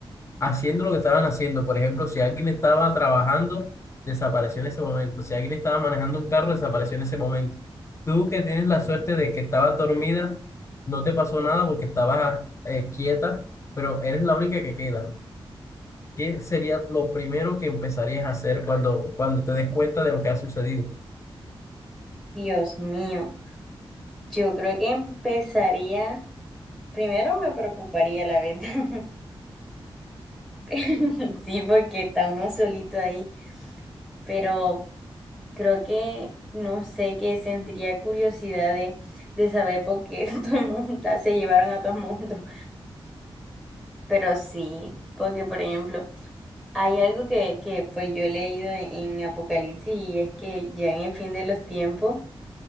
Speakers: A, on the left (about 30°); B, in the centre.
A: haciendo lo que estaban haciendo. Por ejemplo, si alguien estaba trabajando, desapareció en ese momento. Si alguien estaba manejando un carro, desapareció en ese momento. Tú que tienes la suerte de que estabas dormida, no te pasó nada porque estabas eh, quieta, pero eres la única que queda. ¿Qué sería lo primero que empezarías a hacer cuando, cuando te des cuenta de lo que ha sucedido?
B: Dios mío, yo creo que empezaría, primero me preocuparía la verdad, <laughs> sí, porque está uno solito ahí, pero creo que, no sé, que sentiría curiosidad de, de saber por qué <laughs> todo el mundo, se llevaron a todo el mundo, pero sí, porque por ejemplo... Hay algo que, que pues yo he leído en, en Apocalipsis y es que ya en el fin de los tiempos